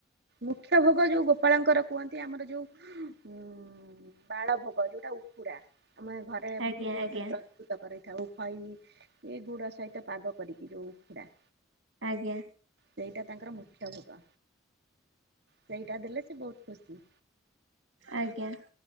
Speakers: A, on the right (about 55°); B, on the right (about 75°).
A: ମୁଖ୍ୟ ଭୋଗ ଯୋଉ ଗୋପାଳଙ୍କର କୁହନ୍ତି ଆମର ଯୋଉ ଉଁ ବାଳ ଭୋଗ ଯୋଉଟା।
B: <inaudible>
A: ଉଖୁଡା ଆମେ ଘରେ
B: ଆଜ୍ଞା ଆଜ୍ଞା
A: ମାନେ ପ୍ରସ୍ତୁତ କରିଥାଉ ଖଇ ଏଇ ଗୁଡ ସହିତ ପାଗ କରିକି ଯୋଉ ଉଖୁଡା।
B: ଆଜ୍ଞା।
A: ସେଇଟା ତାଙ୍କର ମୁଖ୍ୟ ଭୋଗ ସେଇଟା ଦେଲେ ସେ ବହୁତ ଖୁସି।
B: ଆଜ୍ଞା।